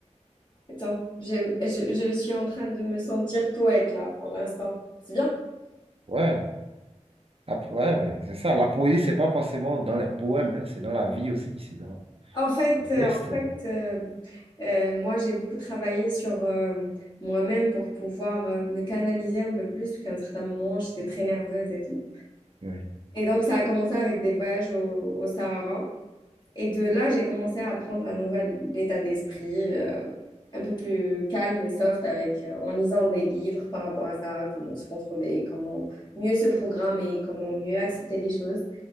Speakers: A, on the left; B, on the right.
A: attends, je, je- je suis en train de me sentir poète là pour l'instant. C'est bien.
B: Ouais, Après, ouais, ben, c'est ça. La poésie, c'est pas forcément dans les poèmes, hein, C'est dans la vie aussi, c'est dans
A: En fait,
B: les
A: euh,
B: gestes.
A: en fait euh, euh, moi j'ai beaucoup travaillé sur euh, moi-même pour pouvoir euh, me canaliser un peu plus, parce qu'à un certain moment j'étais très nerveuse et tout.
B: Ouais,
A: Et donc ça a commencé avec des voyages au, au Sahara. Et de là, j'ai commencé à apprendre un nouvel état d'esprit, euh, un peu plus calme et soft avec, euh, en lisant des livres par rapport à ça, comment se contrôler, comment mieux se programmer, comment mieux accepter les choses.